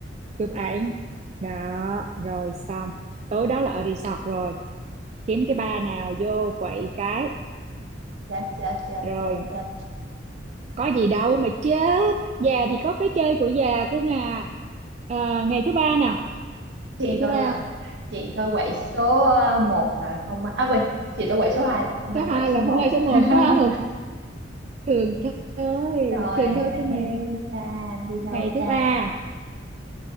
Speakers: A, on the right; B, on the right.
A: chụp ảnh đó rồi xong tối đó là ở resort rồi kiếm cái bar nào vô quậy cái
B: chết chết chết
A: rồi
B: chết chết
A: có gì đâu mà chết già thì có cái chơi của già cứ ngà Ờ, ngày thứ ba nào
B: chị
A: ngày
B: tôi
A: thứ ba
B: là chị tôi quậy số ờ, một là không may à quên chị tôi quậy số 2 là không may
A: số hai
B: quậy số
A: là
B: một
A: không ai số một
B: <laughs>
A: phải không thường thôi
B: rồi
A: thường thôi
B: ngày
A: cứ ngà
B: thứ ba đi đâu
A: ngày thứ
B: ta
A: ba